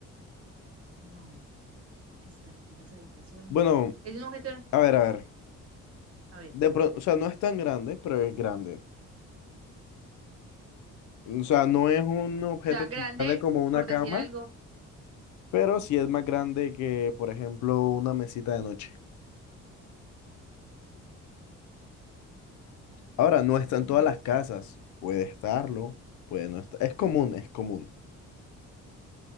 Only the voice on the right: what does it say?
no, que está en las habitaciones,
es un objeto,
a ver,
o sea, grande,
por
decir algo,
Mm,
puedes.